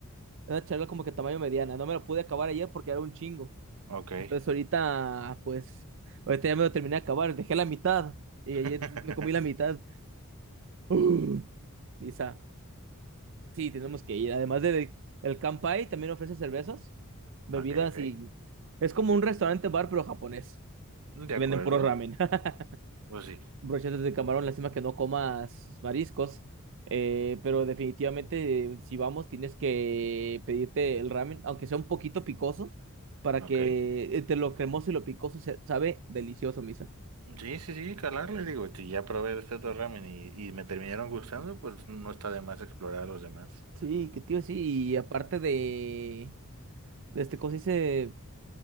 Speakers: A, on the right; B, on the right.
A: es una charola como que tamaño mediana. No me lo pude acabar ayer porque era un chingo.
B: ok.
A: Entonces ahorita, pues, ahorita ya me lo terminé de acabar, dejé la mitad y
B: <laughs>
A: ayer me comí la mitad. <gasps> Uh, misa, sí, tenemos que ir. Además de el Kanpai, también ofrece cervezas, bebidas
B: Ok, ok.
A: y es como un restaurante bar pero japonés
B: De
A: y
B: acuerdo,
A: venden puro ramen. <laughs>
B: pues sí,
A: brochetas de camarón, lástima que no comas mariscos, eh, pero definitivamente eh, si vamos tienes que pedirte el ramen, aunque sea un poquito picoso, para
B: ok.
A: que entre lo cremoso y lo picoso se sabe delicioso, Misa.
B: Sí, sí, sí, calarle, digo, si ya probé este otro ramen y, y me terminaron gustando, pues no está de más explorar los demás.
A: Sí, que tío, sí, y aparte de, de este cosa hice